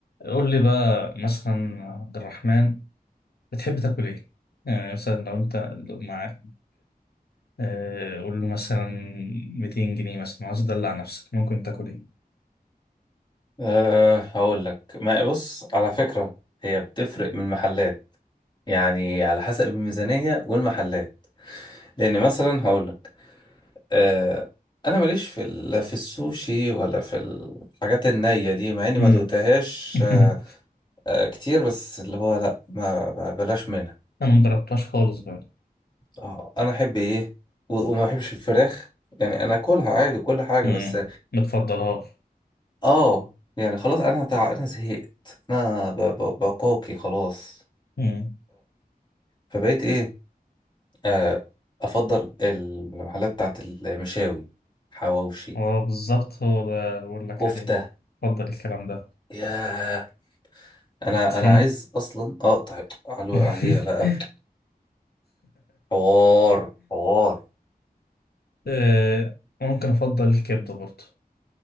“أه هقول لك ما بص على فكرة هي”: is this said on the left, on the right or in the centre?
Left